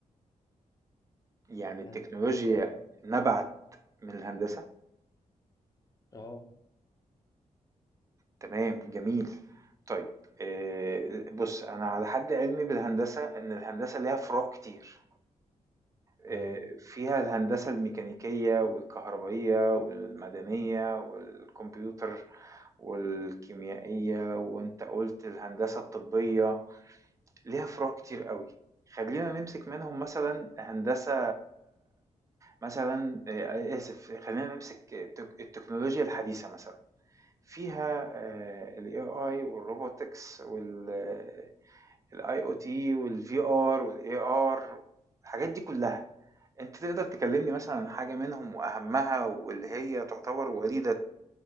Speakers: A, on the right (about 25°); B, on the left (about 25°).
A: يعني التكنولوجيا
B: هل التك...
A: نبعت من الهندسة؟
B: اه
A: تمام، جميل. طيب آآ، بُص أنا على حد علمي بالهندسة إن الهندسة ليها فروع كتير، آآ،
B: اه
A: فيها الهندسة الميكانيكية والكهربائية والمدنية والكمبيوتر والكيميائية وأنت قُلت الهندسة الطبية. ليها فروع كتير قوي خلينا نمسك منهم مثلا هندسة مثلا آه، آسف خلينا نمسك التك- التكنولوجيا الحديثة مثلا فيها آه، ال AI والروبوتكس وال ال IoT وال VR وال AR الحاجات دي كلها انت تقدر تكلمني مثلا عن حاجة منهم وأهمها واللي هي تعتبر وليدة